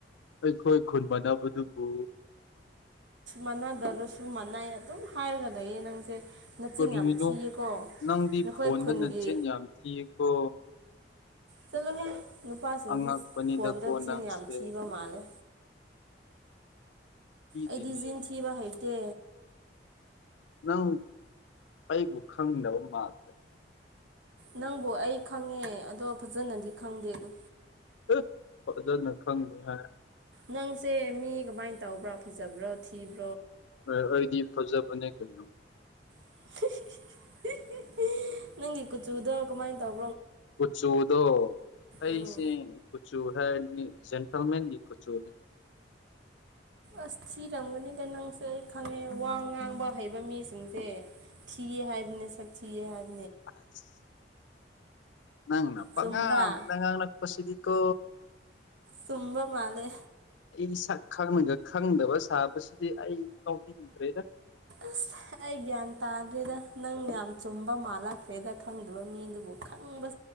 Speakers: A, on the left (about 85°); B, on the right (about 85°).
A: ꯑꯩꯈꯣꯏ ꯈꯨꯟ ꯃꯅꯨꯕꯗꯨꯕꯨ
B: ꯃꯥꯟꯅꯗ꯭ꯔꯁꯨ ꯃꯥꯟꯅꯩ ꯑꯗꯨꯝ ꯍꯥꯏꯔꯒ ꯂꯩꯌꯦ ꯅꯪꯁꯦ ꯅꯆꯤꯟ
A: ꯀꯔꯤꯅꯣ
B: ꯌꯥꯝ ꯊꯤꯌꯦꯀꯣ
A: ꯅꯪꯗꯤ
B: ꯅꯈꯣꯏ
A: ꯐꯣꯟꯗꯅꯆꯤꯟ
B: ꯈꯨꯟꯒꯤ
A: ꯌꯥꯝ ꯊꯤꯌꯦꯀꯣ
B: ꯆꯠꯂꯣꯍꯦꯟ ꯅꯨꯄꯥꯁꯤꯡꯁꯤ
A: ꯑꯉꯛꯄꯅꯤꯗꯀꯣ
B: ꯐꯣꯟꯗ ꯆꯤꯟ
A: ꯅꯪꯁꯦ
B: ꯌꯥꯝ ꯊꯤꯕ ꯃꯥꯜꯂꯦ
A: ꯊꯤꯗꯤꯅꯦ
B: ꯑꯩꯗꯤ ꯆꯤꯟ ꯊꯤꯕ ꯍꯩꯇꯦ
A: ꯅꯪ ꯑꯩꯕꯨ ꯈꯪꯗꯕ ꯃꯥꯜꯂꯦ
B: ꯅꯪꯕꯨ ꯑꯩ ꯈꯪꯉꯦ ꯑꯗꯣ ꯐꯖꯅꯗꯤ ꯈꯪꯗꯦ ꯑꯗꯨ
A: ꯑꯦ ꯐꯖꯅꯥ ꯈꯪꯗꯦ ꯍꯥꯏ
B: ꯅꯪꯁꯦ ꯃꯤ ꯀꯃꯥꯏꯅ ꯇꯧꯕ꯭ꯔꯥ ꯐꯖꯕ꯭ꯔꯣ ꯊꯤꯕꯥ
A: ꯑꯦ ꯑꯩꯗꯤ ꯐꯖꯕꯅꯦ ꯀꯩꯅꯣ
B: <unintelligible> ꯅꯪꯒꯤ ꯀꯨꯆꯨꯗꯣ ꯀꯃꯥꯏꯅ ꯇꯧ
A: ꯀꯨꯆꯨꯗꯣ ꯑꯩꯁꯦ
B: ꯎꯝ
A: ꯀꯨꯆꯨ ꯍꯥꯏꯔꯗꯤ ꯖꯦꯟꯇꯜꯃꯦꯟꯒꯤ ꯀꯨꯆꯨꯅꯦ
B: ꯑꯁ ꯊꯤꯔꯝꯒꯅꯤꯗ ꯅꯪꯁꯦ ꯑꯩ ꯈꯪꯉꯦ ꯋꯥ ꯉꯥꯡꯕ ꯍꯩꯕ ꯃꯤꯁꯤꯡꯁꯦ ꯊꯤꯌꯦ ꯍꯥꯏꯕꯅꯦ ꯁꯛꯊꯤꯌꯦ ꯍꯥꯏꯕꯅꯦ
A: ꯑꯁ ꯅꯪꯅ ꯄꯡꯉꯥꯡꯗ
B: ꯆꯨꯝꯕ꯭ꯔꯥ
A: ꯉꯥꯡꯂꯛꯄꯁꯤꯗꯤꯀꯣ
B: ꯆꯨꯝꯕ ꯃꯥꯜꯂꯦ
A: ꯑꯩ ꯁꯛ ꯈꯪꯂꯒꯥ ꯈꯪꯗꯕ ꯁꯥꯕꯁꯤꯗꯤ ꯑꯩ ꯀꯥꯎꯅꯤꯡ ꯀꯔꯤꯔ
B: ꯑꯁ ꯑꯩ ꯒ꯭ꯌꯥꯟ ꯇꯥꯗ꯭ꯔꯦꯗ ꯅꯪ ꯌꯥꯝ ꯆꯨꯝꯕ ꯃꯥꯜꯂꯈ꯭ꯔꯦꯗ ꯈꯪꯗꯕ ꯃꯤꯗꯨꯕꯨ ꯈꯪꯕ